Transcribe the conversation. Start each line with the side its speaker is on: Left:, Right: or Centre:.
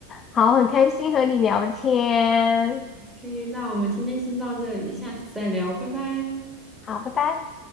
Left: 好，很开心和你聊天。
Centre: OK，那我们今天先到这里，下次再聊，拜拜。
Left: 好，拜拜。